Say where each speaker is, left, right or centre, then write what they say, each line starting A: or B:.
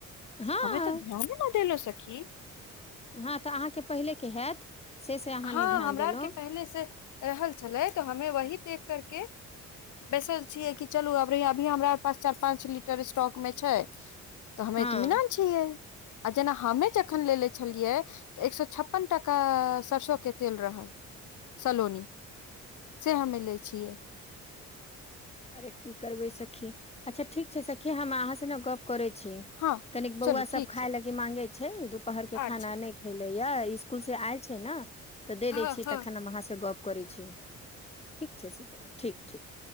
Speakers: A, on the left; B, on the left.
A: हँ
B: हमे तऽ ध्यान न देेलो सखी!
A: हँ तऽ अहाँकेँ पहिलेके हैत से से अहाँ
B: हँ
A: नहि ध्यान
B: हमरा
A: देलहुँ
B: आरके पहिनेेसे रहल छलै तऽ हमे वही देख करके बैसल छियै कि चलू अब <unintelligible> अभी हमरा पास चार-पाँच लीटर स्टॉकमे छै त हमे
A: हँ
B: इतमिनान छियै आ जेना हमे जखन लेे ले छै छलियै तॅं एक सए छप्पन टका सरसोके तेल रहल सलोनी से हमे लै छियै,
A: अरे की करबै सखी, अच्छा ठीक छै सखी, हम अहाँ से ने गप करै छी!
B: हँ
A: कनिक बौआ
B: चलू ठीक
A: सब खाय
B: छै
A: <unintelligible> के मांगे छै दुपहरके
B: अच्छा
A: खाना नहि खैलेया, इसकुलसे आयल छै ने तऽ दे
B: हँ
A: दै छी
B: हँ
A: तखन हम अहाँसे गप करै छी, ठीक छै, ठीक ठीक